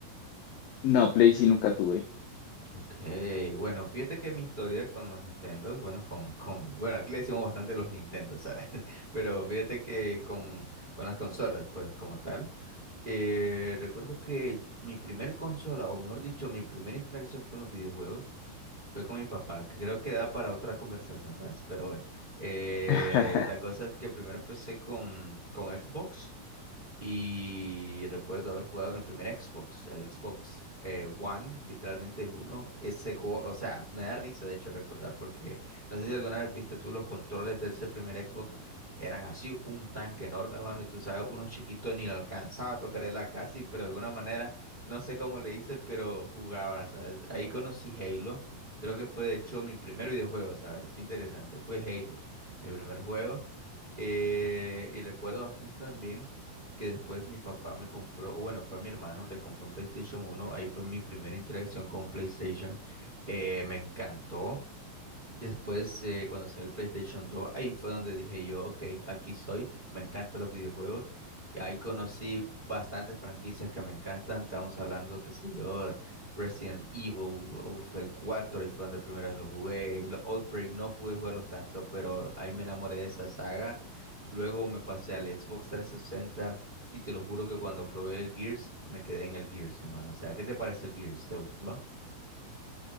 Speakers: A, on the left; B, on the right.
A: No, Play sí nunca tuve.
B: Okay, bueno, fíjate que mi historia con los Nintendo, bueno, con, con, bueno, aquí le decimos bastante los Nintendo, ¿sabes? <laughs> Pero fíjate que con, con las consolas, pues, como tal, eh, recuerdo que mi primer consola, o mejor dicho, mi primera interacción con los videojuegos fue con mi papá, que creo que da para otra conversación, ¿sabes? Pero bueno, eh,
A: <laughs>
B: la cosa es que primero empecé con, con Xbox. Y recuerdo haber jugado en el primer Xbox, el Xbox eh, One, literalmente el uno, Ese juego, o sea, me da risa de hecho recordar, porque no sé si alguna vez viste tú los controles de ese primer Xbox, eran así un tanque enorme, hermano, y tú sabes, uno chiquito ni lo alcanzaba a tocar la casi, pero de alguna manera, no sé cómo le hice, pero jugaba, ¿sabes? Ahí conocí Halo, creo que fue de hecho mi primer videojuego, ¿sabes? Qué interesante, fue el Halo, mi primer juego. Eh, y recuerdo bastante también que después mi papá me compró, o bueno, fue a mi hermano, le compró un PlayStation uno ahí fue mi primera interacción con un PlayStation, eh, me encantó. Después, eh, cuando salió el PlayStation 2, ahí fue donde dije yo, ok, aquí soy, me encantan los videojuegos. Y ahí conocí bastantes franquicias que me encantan. estamos hablando, qué sé yo, Resident Evil, uf, el 4 y fue donde primera vez lo jugué. Los Outbreak no pude jugarlos tanto, pero ahí me enamoré de esa saga. Luego me pasé al Xbox 360 y te lo juro que cuando probé el Gears, me quedé en el Gears, hermano. O sea, ¿qué te parece el Gears? ¿Te gustó?